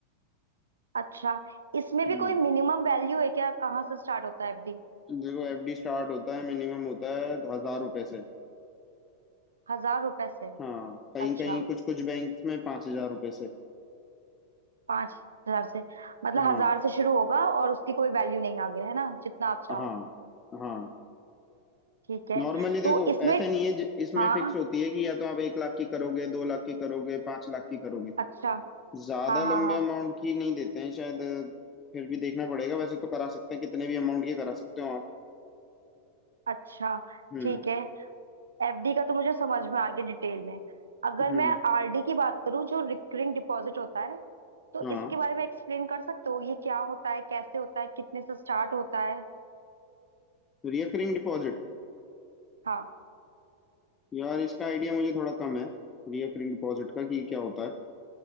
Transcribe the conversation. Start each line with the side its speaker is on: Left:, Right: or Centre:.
Right: अच्छा इसमें
Left: हम्म
Right: भी कोई मिनिमम वैल्यू है क्या कहाँ से स्टार्ट होता है एफडी
Left: देखो एफडी स्टार्ट होता है मिनिमम होता है हजार रुपए से
Right: हजार रुपए से
Left: हाँ कहीं
Right: अच्छा
Left: कहीं कुछ कुछ बैंक्स में पाँच हजार रुपए से
Right: पांच हजार से मतलब
Left: हाँ
Right: हजार से शुरू होगा और उसकी कोई वैल्यू नहीं आगे है ना जितना आप चाहो
Left: हाँ हाँ
Right: ठीक है
Left: नॉर्मली देखो
Right: तो इसमें
Left: ऐसा नहीं है ज- इसमें
Right: हाँ
Left: फिक्स होती है कि या तो आप एक लाख की करोगे दो लाख की करोगे पांच लाख की करोगे
Right: अच्छा
Left: ज्यादा
Right: हाँ हाँ
Left: लंबे
Right: हाँ
Left: अमाउंट की नहीं देते हैं शायद अ, फिर भी देखना पड़ेगा वैसे तो करा सकते हैं कितने भी अमाउंट की करा सकते हो आप
Right: अच्छा
Left: हम्म
Right: ठीक है एफडी का तो मुझे समझ में आ गया डिटेल में अगर
Left: हम्म
Right: मैं आरडी की बात करूं जो रिकरिंग डिपॉजिट होता है तो
Left: हाँ
Right: इसके बारे में एक्सप्लेन कर सकते हो ये क्या होता है कैसे होता है कितने से स्टार्ट होता है
Left: रिकरिंग डिपॉजिट
Right: हाँ
Left: यार इसका आइडिया मुझे थोड़ा कम है रिकरिंग डिपॉजिट का कि क्या होता है